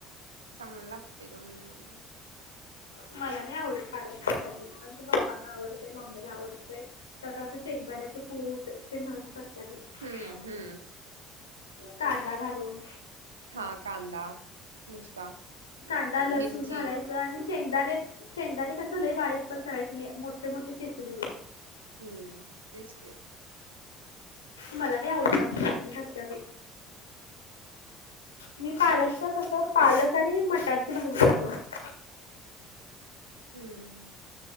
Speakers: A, on the right; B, on the left.
A: चांगलं लागते ग म्हणून.
B: मला नाही आवडत पालकची भाजी आमच्या पप्पांना आवडतेय मम्मीला आवडते. त्यात असं शेगंदाण्याचे कूट ते घालून करत्या बाई.
A: हम्म हम्म
B: कांदा घालून.
A: हा कांदा नुसता.
B: कांदा लसूण
A: मिरची
B: घालायच. आणि शेंगदाणे शेंगदाणे कस लई बारीक पण करायचे नाही मोठे मोठे चेचलेले.
A: हम्म तेच की.
B: मला नाही आवडत आमची मम्मी खात्या बाई. मी पालकच कस पालक आणि मटारची भाजी दाखवत.
A: हम्म.